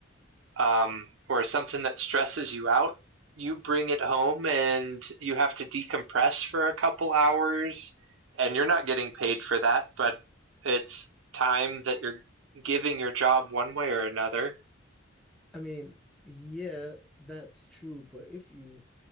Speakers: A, on the right; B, in the centre.
A: um, or something that stresses you out, you bring it home and you have to decompress for a couple hours and you're not getting paid for that, but it's time that you're giving your job one way or another.
B: I mean, yeah, that's true, but if you